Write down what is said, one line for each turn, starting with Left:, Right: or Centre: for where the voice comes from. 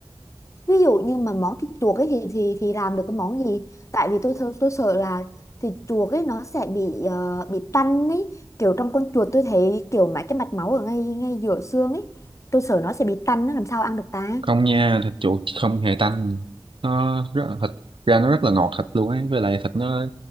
Left: Ví dụ như mà món thịt chuột ấy thì thì thì làm được cái món gì? Tại vì tôi thơ- tôi sợ là thịt chuột ấy nó sẽ bị ờ, bị tanh ấy, kiểu trong con chuột tôi thấy kiểu mấy cái mạch máu ở ngay ngay giữa xương ấy, tôi sợ nó sẽ bị tanh nó làm sao ăn được ta?
Right: không nha thịt chuột không hề tanh nó rất là, thịt ra nó rất là ngọt thịt luôn ấy với lại thịt nó